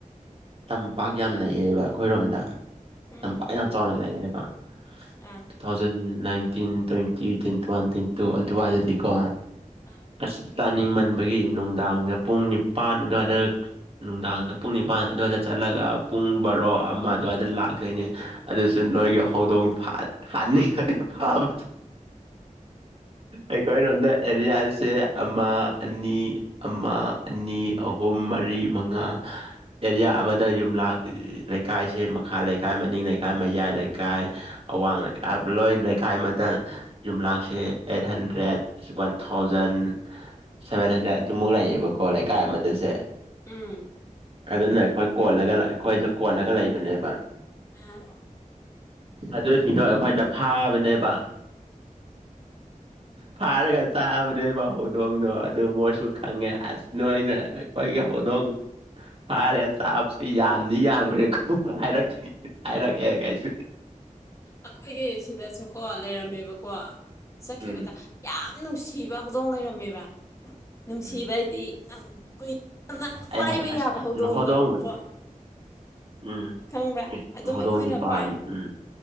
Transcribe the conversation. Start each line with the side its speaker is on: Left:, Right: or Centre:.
Right: ꯇꯝꯄꯥꯛ ꯌꯥꯝ ꯂꯩꯌꯦꯕ ꯑꯩꯈꯣꯏꯔꯣꯝꯗ
Left: ꯎꯝ
Right: ꯇꯝꯄꯥꯛ ꯌꯥꯝ ꯆꯥꯎꯅ ꯂꯩꯌꯦꯕ꯫
Left: ꯑꯥ
Right: two thousand nineteen twenty twenty one twenty two ꯑꯗꯨ ꯋꯥꯏꯗꯗꯤꯀꯣ
Left: ꯑ
Right: ꯑꯁ ꯇꯥꯅꯤꯡꯃꯟꯕꯒꯤ ꯅꯨꯡꯗꯥꯡꯗ ꯄꯨꯡ ꯅꯤꯄꯥꯟ ꯑꯗꯨꯋꯥꯏꯗ ꯅꯨꯡꯗꯥꯡꯗ ꯄꯨꯡ ꯅꯤꯄꯥꯟ ꯑꯗꯨꯋꯥꯏꯗ ꯆꯠꯂꯒ ꯄꯨꯡ ꯕꯥꯔꯣ ꯑꯃ ꯑꯗꯨꯋꯥꯏꯗ ꯂꯥꯛꯈ꯭ꯔꯦꯅꯦ꯫ ꯑꯗꯨꯁꯨ ꯅꯣꯏꯒꯤ ꯍꯧꯗꯣꯡ ꯐ ꯐꯅꯤꯡ ꯐꯕ ꯑꯩꯈꯣꯏꯔꯣꯝꯗ ꯑꯦꯔꯤꯌꯥꯁꯦ ꯑꯃ ꯑꯅꯤ ꯑꯃ ꯑꯅꯤ ꯑꯍꯨꯝ ꯃꯔꯤ ꯃꯉꯥ ꯑꯦꯔꯤꯌꯥ ꯑꯃꯗ ꯌꯨꯝꯂꯛ ꯂꯩꯀꯥꯏꯁꯦ ꯃꯈꯥ ꯂꯩꯀꯥꯏ ꯃꯅꯤꯡ ꯂꯩꯀꯥꯏ ꯃꯌꯥꯏ ꯂꯩꯀꯥꯏ ꯑꯋꯥꯡ ꯂꯣꯏ ꯂꯩꯀꯥꯏ ꯑꯃꯗ ꯌꯨꯝꯂꯛꯁꯦ eight hundred one thousand seven hundred ꯑꯗꯨꯃꯨꯛ ꯂꯩꯌꯦꯕꯀꯣ ꯂꯩꯀꯥꯏ ꯑꯃꯗꯁꯦ
Left: ꯎꯝ
Right: ꯑꯗꯨꯅ ꯑꯩꯈꯣꯏ ꯀꯣꯜꯂꯒ ꯑꯩꯈꯣꯏꯗ ꯀꯣꯜꯂꯒ ꯂꯩꯕꯅꯦꯕ꯫
Left: ꯑ
Right: ꯑꯗꯨꯁꯤꯡꯗꯣ ꯑꯩꯈꯣꯏꯅ ꯐꯥꯕꯅꯦꯕ ꯐꯥꯔꯒ ꯆꯥꯕꯅꯦꯕ ꯍꯧꯗꯣꯡꯗꯣ ꯑꯗꯨ ꯃꯣꯏꯁꯨ ꯈꯪꯉꯦ ꯑꯁ ꯅꯣꯏꯅ ꯑꯩꯈꯣꯏꯒꯤ ꯍꯧꯗꯣꯡ ꯐꯥꯔꯦ ꯆꯥꯕꯁ‌ꯦ ꯌꯥꯝꯗꯤ ꯌꯥꯝꯈ꯭ꯔꯦ ꯀ‌ꯣ ꯍꯥꯏꯔꯛ ꯍꯥꯏꯔꯛꯑꯦ ꯀꯩꯁꯨ
Left: ꯑꯩꯈꯣꯏꯒꯤ ꯁꯤꯗꯁꯨꯀꯣ ꯂꯩꯔꯝꯃꯦꯕꯀꯣ ꯆꯠꯈꯤꯕꯗ
Right: ꯎꯝ
Left: ꯌꯥꯝ ꯅꯨꯡꯁꯤꯕ ꯍꯧꯗꯣꯡ ꯂꯩꯔꯝꯃꯦꯕ ꯅꯨꯡꯁꯤꯕ
Right: ꯎꯝ
Left: ꯍꯥꯏꯗꯤ ꯌꯥꯝ ꯀꯨꯏ ꯅ
Right: ꯑꯩ
Left: ꯄꯥꯏꯕ
Right: ꯍꯥꯏ ꯑꯁ
Left: ꯌꯥꯕ ꯍꯧꯗꫭꯡꯗꯣ
Right: ꯍꯧꯗꯣꯡꯕꯨ
Left: ꯀꫭ
Right: ꯎꯝ
Left: ꯈꯪꯕ꯭ꯔꯥ
Right: ꯏꯁ
Left: ꯑꯗꯨꯝ
Right: ꯍꯧꯗꯣꯡꯗꯤ
Left: ꯑꯩꯈꯣꯏꯅ
Right: ꯄꯥꯝꯃꯤ
Left: ꯄꯥꯏ
Right: ꯎꯝ